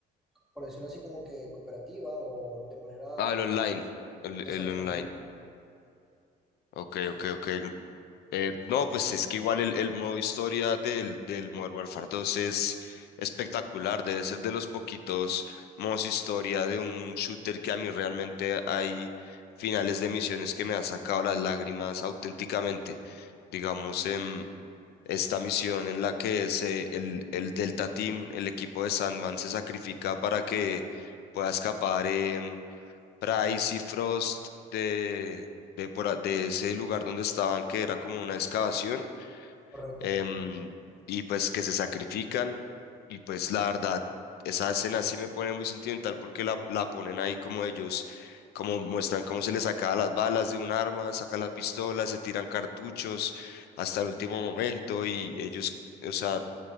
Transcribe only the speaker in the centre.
por decirlo así, como que cooperativa o de manera
exactamente.
Sí,
correcto.